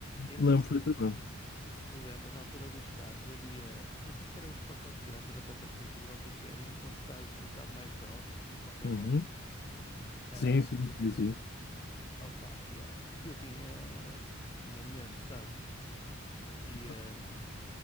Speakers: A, on the left; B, on the left.
A: E não
B: Lembro
A: sei se,
B: perfeitamente.
A: não sei se te lembras, na altura dos tazos havia, não sei se eram os pacotes grandes de batatas fritas ou lá o que é que é, vinha com os tazos um bocado mais grossos de Pokémon.
B: Uhum.
A: Ahm,
B: Sim, sim, sim, sim.
A: opa, yeah. Eu tinha, tinha imensos tazos. E, ahm,
B: Pá,